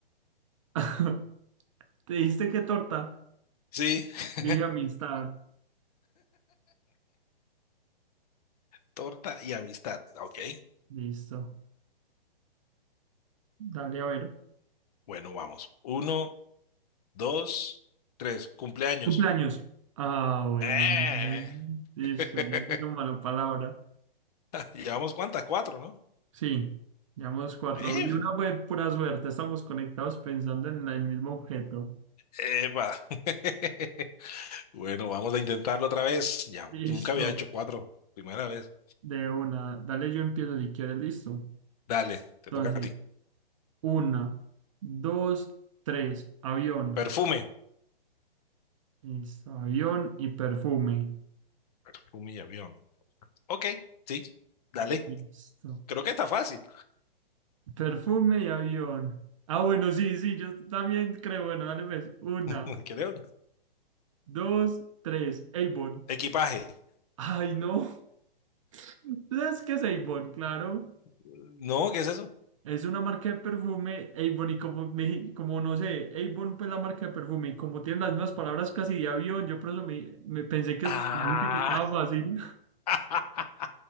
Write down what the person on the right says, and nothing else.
<laughs> ¿Te diste qué torta?
Dije amistad.
Listo. Dale a ver.
Cumpleaños. Ah, bueno.
bien. Listo.
Yo digo mala palabra.
Sí. Llevamos cuatro.
Y una fue pura suerte. Estamos conectados pensando en la- el mismo objeto.
Listo.
De una. Dale, yo empiezo si quieres. Listo.
Entonces,
una, dos, tres. Avión.
Listo. Avión y perfume.
Listo.
Perfume y avión. Ah, bueno, sí, sí, yo también creo. Bueno, dale pues. Una,
dos, tres. Avon.
Ay, no. <laughs> ¿Sabes qué es Avon? Claro.
Es una marca de perfume, Avon, y como, me, como no sé, Avon pues la marca de perfume, y como tienen las mismas palabras casi de avión, yo por eso me, me pensé que,
es- me dijiste que estaba fácil. <laughs>